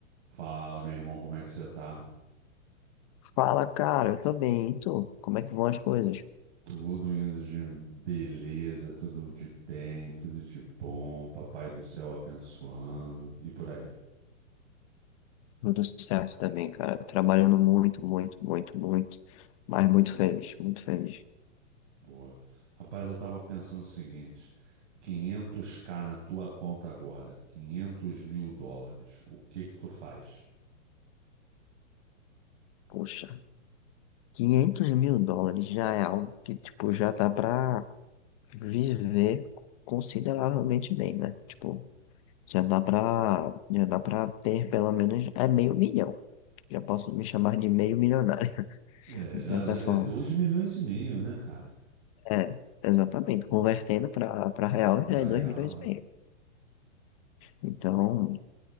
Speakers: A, on the right; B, on the left.
A: Fala, meu irmão, como é que você tá?
B: Fala, cara, eu tô bem, e tu? Como é que vão as coisas?
A: Tudo indo de beleza, tudo de bem, tudo de bom, papai do céu abençoando e por aí.
B: Tudo certo também, cara. Trabalhando muito, muito, muito, muito, mas muito feliz, muito feliz.
A: Boa. Rapaz, eu tava pensando o seguinte: quinhentos k na tua conta agora, 500 mil dólares, o que que tu faz?
B: Puxa, quinhentos mil dólares já é algo que, tipo, já dá pra viver consideravelmente bem, né? Tipo, já dá pra, já dá pra ter pelo menos, é meio milhão. Já posso me chamar de meio milionário,
A: É,
B: <laughs> de
A: já,
B: certa
A: já,
B: forma.
A: é 2 milhões e meio, né, cara?
B: É, exatamente. Convertendo pra, pra real
A: Pra
B: já é 2
A: real,
B: milhões e
A: é.
B: meio. Então,